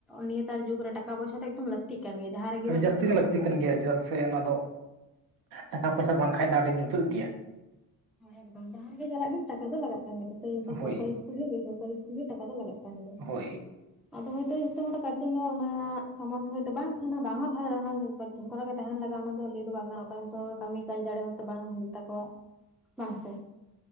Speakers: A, in the centre; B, on the right (about 85°).
A: ᱱᱮᱛᱟᱨ ᱡᱩᱜᱽ ᱨᱮ ᱴᱟᱠᱟ ᱯᱚᱭᱥᱟ ᱫᱚ ᱮᱠᱫᱚᱢ ᱞᱟᱹᱠᱛᱤ᱾ ᱛᱤᱜ ᱠᱟᱱ ᱜᱮᱭᱟ ᱡᱟᱦᱟᱸ ᱨᱮᱼᱼ
B: ᱟᱹᱰᱤ ᱡᱟᱹᱥᱛᱤ ᱜᱮ ᱞᱟᱹᱠᱛᱤ ᱠᱟᱱ ᱜᱮᱭᱟ ᱪᱮᱫᱟᱜ ᱥᱮ ᱚᱱᱟ ᱫᱚᱼᱼ ᱴᱟᱠᱟ
A: ᱦᱮᱸ
B: ᱯᱚᱭᱥᱟ ᱵᱟᱝᱠᱷᱟᱱ ᱫᱚ ᱟᱹᱰᱤ ᱧᱩᱛᱟᱹᱫ ᱜᱮᱭᱟ᱾
A: ᱮᱠᱫᱚᱢ ᱡᱟᱦᱟᱸ ᱨᱮ ᱜᱮ ᱪᱟᱞᱟᱜ ᱵᱤᱱ ᱴᱟᱠᱟ ᱫᱚ ᱞᱟᱜᱟᱜ ᱠᱟᱱ ᱜᱮ ᱛᱟᱛᱮ ᱥᱚᱨᱠᱟᱨᱤ
B: ᱦᱳᱭ
A: ᱤᱥᱠᱩᱞ ᱦᱩᱭᱩᱜ ᱵᱮᱥᱠᱟᱨᱤ ᱤᱥᱠᱩᱞ ᱦᱩᱭᱩᱜ ᱴᱟᱠᱟ ᱫᱚ ᱞᱟᱜ ᱠᱟᱱ ᱫᱚ᱾
B: ᱦᱳᱭ
A: ᱟᱫᱚ ᱦᱚᱭᱛᱳ ᱡᱚᱛᱚ ᱦᱚᱲᱟᱜ ᱠᱟᱡᱮᱱ ᱫᱚ ᱚᱱᱟ ᱥᱟᱢᱚᱨᱛᱷᱚ ᱦᱚᱭᱛᱚ ᱵᱟᱝ ᱛᱟᱦᱮᱱᱟ ᱵᱟᱝ ᱦᱚᱸ ᱛᱟᱦᱮᱸ ᱫᱟᱲᱮᱭᱟ-ᱟ ᱚᱱᱟᱼᱼ ᱚᱱᱠᱟ ᱛᱮᱜᱮ ᱛᱟᱦᱮᱱ ᱞᱟᱜᱼᱟ ᱚᱱᱟ ᱫᱚ ᱞᱟᱹᱭ ᱫᱚ ᱵᱟᱝ ᱜᱟᱱᱟᱜ ᱠᱟᱹᱢᱤ ᱠᱟᱡᱽ ᱫᱟᱲᱮ ᱦᱳᱭᱛᱚ ᱵᱟᱝ ᱦᱩᱭᱩᱜ ᱛᱟᱠᱚᱣᱟ᱾ ᱵᱟᱝᱥᱮ